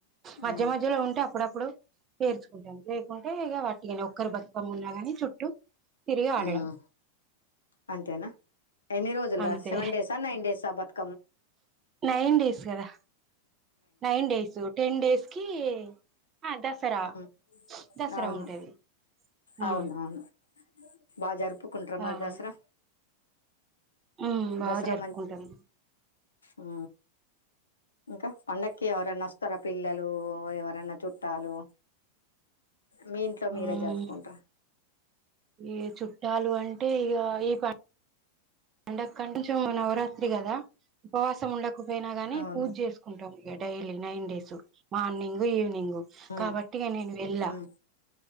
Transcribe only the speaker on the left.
ఆ
హ్మ్
అంతేనా ఎన్ని రోజుల్రా
సెవెన్ డేసా నైన్ డేస్ బతుక
మ్
అవును
అవునవును బా జరుపు ప్పుకుంట్రా మరి
దస్రా
దస్రా
మంచి ఆ ఇంకా పండక్కి ఎవరన్నా వస్తార పిల్లలు ఎవరన్నా చుట్టాలు మీ ఇంట్లో
మీరే జరుపుకుంట్రా?
అవును
హ్మ్
హ్మ్